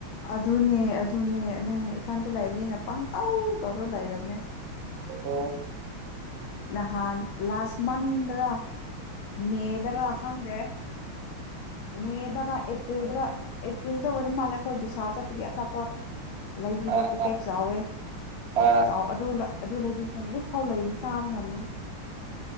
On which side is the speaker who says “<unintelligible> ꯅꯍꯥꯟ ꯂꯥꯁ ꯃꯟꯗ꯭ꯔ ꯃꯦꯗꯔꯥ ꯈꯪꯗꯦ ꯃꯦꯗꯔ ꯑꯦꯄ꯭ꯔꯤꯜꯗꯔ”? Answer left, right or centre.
Left